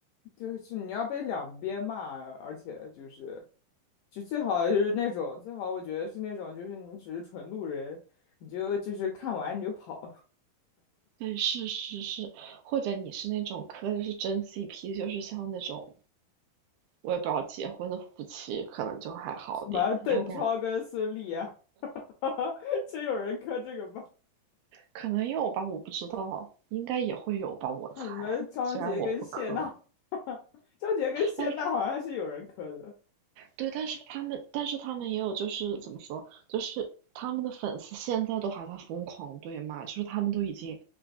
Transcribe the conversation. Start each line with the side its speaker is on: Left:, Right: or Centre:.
Left: 就是你要被两边骂，而且就是。就最好就是那种，最好我觉得是那种，就是你只是纯路人，你就就是看完你就跑，
Right: 对，是是是，或者你是那种磕的是真 CP，就是像那种我也不知道结婚的夫妻，可能就还好点，
Left: <laughs> 什么邓超跟孙俪啊，
Right: 要不然
Left: <laughs> 真有人磕这个吗？
Right: 可能有吧，我不知道，应该也会有吧，我猜。
Left: 那你们张杰跟谢娜，
Right: 虽然我不磕，
Left: <laughs> 张杰跟谢娜好像还是有人磕的
Right: 但是对，但是他们，但是他们也有，就是怎么说，就是他们的粉丝现在都还在疯狂对骂，就是他们都已经